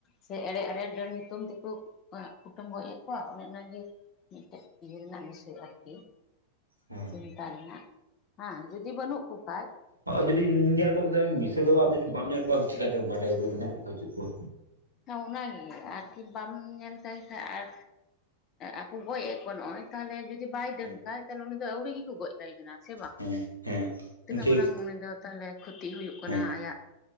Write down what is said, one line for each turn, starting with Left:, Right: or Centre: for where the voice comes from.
Left: ᱥᱮ ᱮᱲᱮ ᱮᱲᱮ ᱰᱟᱹᱱ ᱧᱩᱛᱩᱢ ᱛᱮᱠᱚ ᱠᱩ ᱮᱸ ᱠᱩᱴᱟᱹᱢ ᱜᱚᱡᱮᱫ ᱠᱚᱣᱟ ᱚᱱᱮ ᱚᱱᱟ ᱜᱮ᱾ ᱢᱤᱜᱴᱮᱡ ᱤᱭᱟᱹ ᱨᱮᱱᱟᱜ ᱵᱤᱥᱚᱭ ᱟᱨᱠᱤ᱾
Right: ᱦᱮᱸ
Left: ᱪᱤᱱᱛᱟ ᱨᱮᱱᱟᱜ, ᱦᱟᱝ ᱡᱩᱫᱤ ᱵᱟᱹᱱᱩᱜ ᱠᱚ ᱠᱷᱟᱡ᱾
Right: ᱟᱨ ᱡᱩᱫᱤ ᱧᱮᱞ ᱠᱚᱵᱮᱱ ᱵᱤᱥᱮᱥ <unintelligible> ᱡᱩᱫᱤ ᱧᱮᱞ ᱠᱚᱣᱟᱢ ᱛᱚᱵᱮᱢ ᱵᱤᱥᱥᱟᱹᱥᱚᱜᱼᱟ ᱟᱨ ᱡᱩᱫᱤ ᱵᱟᱢ ᱧᱮᱞ ᱠᱚᱣᱟ ᱪᱤᱠᱟᱛᱮᱢ ᱵᱟᱰᱟᱭᱟ ᱡᱮ ᱢᱮᱱᱟᱜ ᱠᱚᱣᱟ ᱥᱮ ᱵᱟᱪᱩᱜ ᱠᱚᱣᱟ᱾
Left: ᱚᱱᱟᱜᱮ ᱟᱨᱠᱤ ᱵᱟᱢ ᱧᱮᱞ ᱠᱟᱭ ᱠᱷᱟᱡ ᱟᱨ, ᱟᱠᱚ ᱜᱚᱡ ᱮᱜ ᱠᱚᱣᱟ ᱱᱚᱜᱼᱚᱭ ᱛᱟᱦᱞᱮ ᱡᱩᱫᱤ ᱵᱟᱭ ᱰᱟᱹᱱ
Right: ᱦᱮᱸ
Left: ᱠᱷᱟᱡ ᱛᱟᱞᱦᱮ ᱩᱱᱤ ᱫᱚ ᱟᱹᱣᱲᱤ ᱜᱮᱠᱚ ᱜᱚᱡᱽ <unintelligible> ᱠᱟᱱᱟ ᱥᱮ ᱵᱟᱝ,
Right: ᱦᱮᱸ ᱦᱮᱸ
Left: ᱛᱤᱱᱟᱹᱜ
Right: ᱤᱧ ᱴᱷᱤᱠ
Left: ᱢᱟᱨᱟᱝ ᱩᱱᱤ ᱫᱚ ᱛᱟᱞᱦᱮ ᱠᱷᱚᱛᱤ ᱦᱩᱭᱩᱜ ᱠᱟᱱᱟ
Right: ᱦᱮᱸ
Left: ᱟᱭᱟᱜ᱾